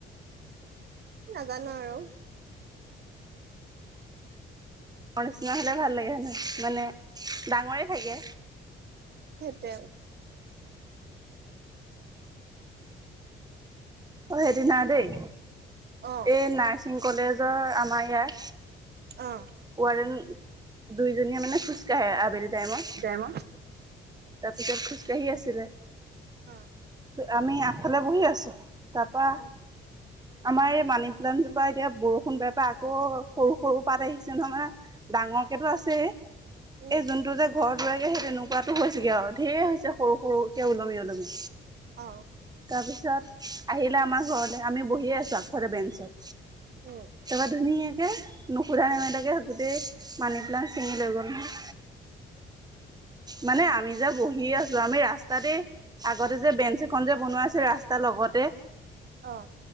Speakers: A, on the right; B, on the right.
A: নাজানো আৰু
B: নিচিনা হ'লে ভাল লাগে হয় নহয় মানে ডাঙৰেই থাকে।
A: টেগ
B: অ সেইদিনা দেই
A: অ
B: এই নাৰ্ছিং কলেজৰ আমাৰ এয়াৰ।
A: অ
B: ওৱাৰ দেন দুইজনীয়ে মানে খোজকাঢ়ে আবেলি। টাইমত
A: তাইমত
B: তাৰপিছত খোজকাঢ়ি আছিলে।
A: অ
B: আমি আগফালে বহি আছোঁ তাপা
A: অ
B: আমাৰ এই মানি প্লানট জোপা এতিয়া বৰষুণ পাই পাই আকৌ সৰু সৰু পাত আহিছে নহয়। মানে ডাঙৰ ডাঙৰকেটো আছে
A: উম
B: এই যোনতটো যে ঘৰত ৰুৱে গে তেনেকুৱাতো হৈ হৈছেগে আও ধঢেৰ হৈছে সৰু সৰুকে ওলমি ওলমি
A: অ
B: তাৰপিছত আহিলে আমাৰ ঘৰলে আমি বহি আছোঁ আগফলে বেঞ্চত।
A: উম
B: তাপা ধুনিয়াকে নুশুধা নেমিলকে গোটেই মানি প্লেট ছিঙি লৈ গ'ল নহয়। মানে আমি যে বহি আছো আমি ৰাস্তাতে আগতে যে বেঞ্চ খন যে বনোৱাইছো ৰাস্তা লগতে
A: অ